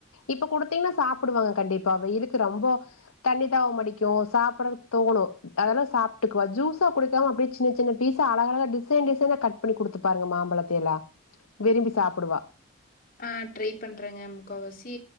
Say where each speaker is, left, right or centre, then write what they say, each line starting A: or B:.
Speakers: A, on the left (about 90°); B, on the left (about 45°).
A: இப்ப கூடுத் த்தீங்கன்னா சாப்டுவாங்க கண்டிப்பா வெயிலுக்கு ரொம்ப தண்ணி தாவம் அடிக்கு சாப்ட தோணு அத சாப்ட்டுக்குவா ஜூஸா குடுக்காம அப்டியே சின்ன சின்ன பீச அழகலகா டிசைன் டிசைனா கட் பண்ணி குடுத்து பாருங்க மாம்பலத விரும்பி சாப்டுவா
B: ஆ ட்ரை பண்றங்க முக்காவாசி